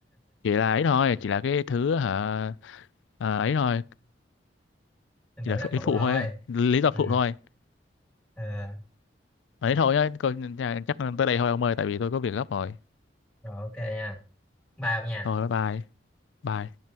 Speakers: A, on the left; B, in the centre.
A: chỉ là ấy thôi chỉ là cái thứ hả ờ, ấy thôi
B: hoàng
A: chỉ
B: tử
A: là
B: nam
A: ấy
B: phụ
A: phụ
B: thôi
A: thôi lý do
B: ừ.
A: phụ thôi
B: Ờ,
A: ấy thôi nhá coi- chắc tới đây thôi ông ơi tại vì tôi có việc gấp rồi
B: rồi ok nha bao nha
A: thôi bye bye bye